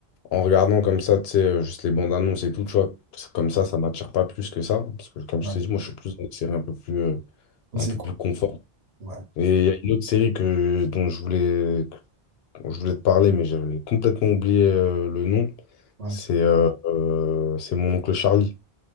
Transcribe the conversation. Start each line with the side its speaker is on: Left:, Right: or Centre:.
Left: en regardant comme ça, tu sais, euh, juste les bandes annonces et tout, tu vois, parce que comme ça, ça m'attire pas plus que ça. Parce que, comme
Right: Ouais,
Left: je t'ai dit, moi, je suis plus dans une série un peu plus, euh,
Right: osé,
Left: un peu
Right: quoi.
Left: plus confort.
Right: Ouais,
Left: Et il y a une autre série que, dont je voulais, dont je voulais te parler, mais j'avais complètement oublié euh, le nom.
Right: ouais.
Left: C'est euh, euh, c'est Mon oncle Charlie.